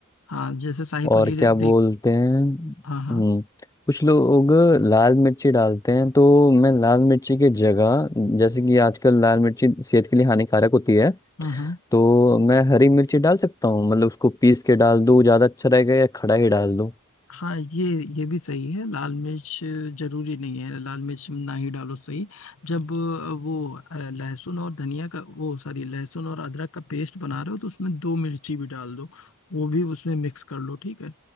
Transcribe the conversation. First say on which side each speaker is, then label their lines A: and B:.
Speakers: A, on the left; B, on the left.
A: हाँ जैसे शाही
B: और
A: पनीर
B: क्या
A: देख
B: बोलते हैं हम्म
A: हाँ हाँ
B: कुछ लोग लाल मिर्ची डालते हैं तो मैं लाल मिर्ची की जगह जैसे कि आजकल लाल मिर्ची सेहत के लिए हानिकारक होती है
A: हम्म हम्म
B: तो मैं हरी मिर्ची डाल सकता हूँ मतलब उसको पीस के डाल दूँ ज़्यादा अच्छा रहेगा या खड़ा ही डाल दूँ
A: हाँ ये ये भी सही है लाल मिर्च जरूरी नहीं है लाल मिर्च ना ही डालो सही जब अ, वो अ, लहसुन और धनिया का वो सॉरी लहसुन और अदरक का पेस्ट बना रहे हो तो उसमें दो मिर्ची भी डाल दो वो भी उसमें मिक्स कर लो ठीक है